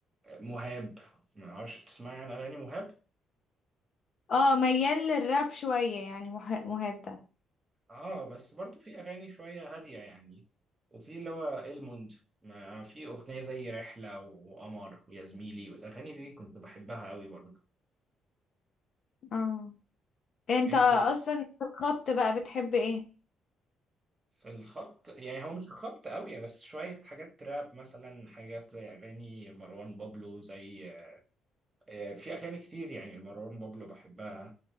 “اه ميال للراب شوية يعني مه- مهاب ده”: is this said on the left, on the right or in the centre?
Left